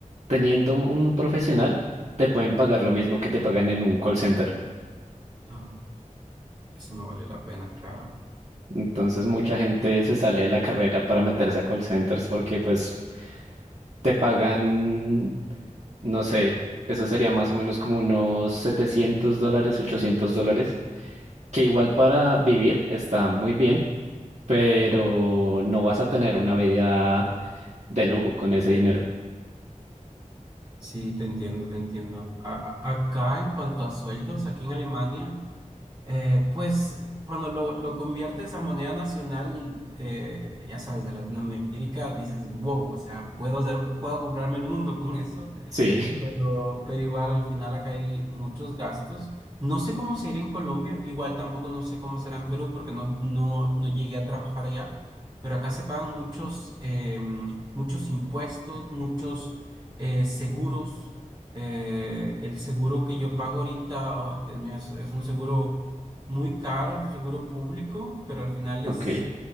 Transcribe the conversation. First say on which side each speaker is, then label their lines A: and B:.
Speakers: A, on the right; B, on the right.
A: teniendo un profesional te pueden pagar lo mismo que te pagan en un call center.
B: ah, eso no vale la pena, claro.
A: Entonces mucha gente se sale de la carrera para meterse a call centers porque pues te pagan, no sé, eso sería más o menos como unos 700 dólares, 800 dólares, que igual para vivir está muy bien, pero no vas a tener una vida de lujo con ese dinero.
B: Sí, te entiendo, te entiendo. A- a- acá en cuanto a sueldos, aquí en Alemania, eh, pues cuando lo, lo conviertes a moneda nacional, eh, ya sabes, de Latinoamérica, dices, wow, o sea, puedo hacer, puedo comprarme el mundo con eso.
A: Sí,
B: Pero, pero igual al final acá hay muchos gastos. No sé cómo será en Colombia, igual tampoco no sé cómo será en Perú porque no, no, no llegué a trabajar allá, pero acá se pagan muchos, em, muchos impuestos, muchos eh, seguros. Eh, el seguro que yo pago ahorita, oh, Dios mío, es, es un seguro muy caro, es un seguro público, pero al final
A: <laughs>
B: es,
A: ok.